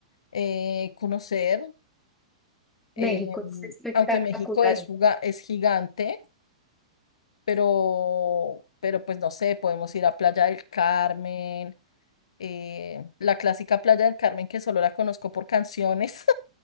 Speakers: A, on the left; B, in the centre.
A: eh, conocer. eh,
B: México es espectacular.
A: aunque México es, juga- es gigante, pero, pero pues no sé, podemos ir a Playa del Carmen, eh, la clásica Playa del Carmen que solo la conozco por canciones.